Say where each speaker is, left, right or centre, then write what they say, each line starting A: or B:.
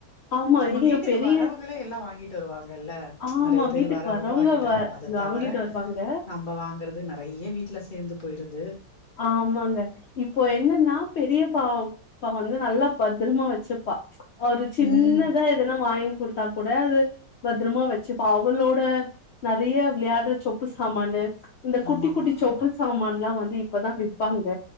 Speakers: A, on the left; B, on the left.
A: ஆமா
B: நம்ம
A: இங்க
B: வீட்டுக்கு
A: பெரிய
B: வரவங்ளே எல்லா வாங்கிட் டருவா எல்லா
A: ஆமா
B: நறய பேர்
A: வீட்டுக்கு
B: வரவுங்க
A: வரவங்க
B: வாங்கிட்
A: வ
B: வருவாங்க அத
A: வாங்கிட்டு
B: தவிர
A: வருவாங்க
B: நம்ப வாங்குறது நறயா வீட்ல சேந்து போயிறுது
A: ஆமாங்க இப்போ என்னென்னா பெரிய பாப்ப வந்து நல்லா பத்ரமா வச்சுப்பா ஒரு சின்னதா
B: ம்
A: எதனா வாங் கொடுத்தா கூட அது பத்ரமா வச்சுப்பா. அவளோட நெறையா விளையாடுற சொப்பு சாமானு இந்த குட்டிக்
B: ஆமாமா
A: குட்டிச் சொப்பு சாமான் எல்லா வந்து இப்பதா விப்பாங்க